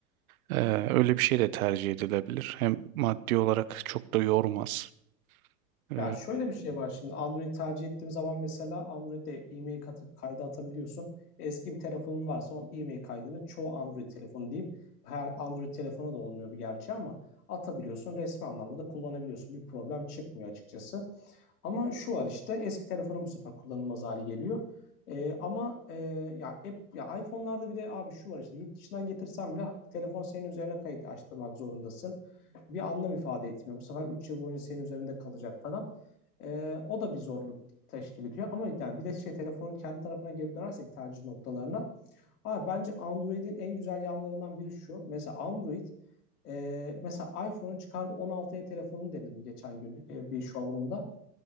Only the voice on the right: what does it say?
E, öyle bir şey de tercih edilebilir. Hem maddi olarak çok da yormaz. E,